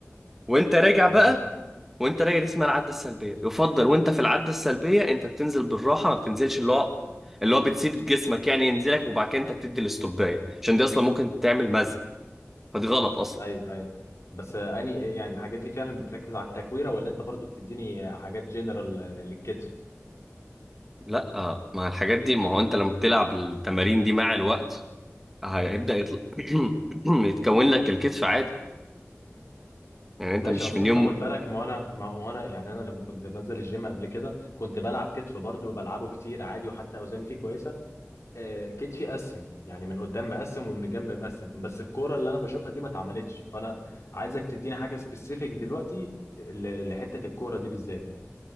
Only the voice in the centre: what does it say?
وانت راجع
بقى وانت راجع دي اسمها العده السلبيه يفضل وانت في العده السلبيه انت بتنزل بالراحه ما بتنزلش اللي هو اللي هو بتسيب جسمك يعني ينزلك وبعد كده انت بتدي الاستوبايه عشان دي اصلا ممكن تعمل مزق فدي غلط اصلا
لا آه، مع الحاجات دي ما هو انت لما بتلعب التمارين دي مع الوقت هيبدا يطلع <clears throat> يتكون لك الكتف عادي يعني انت
مش
من يوم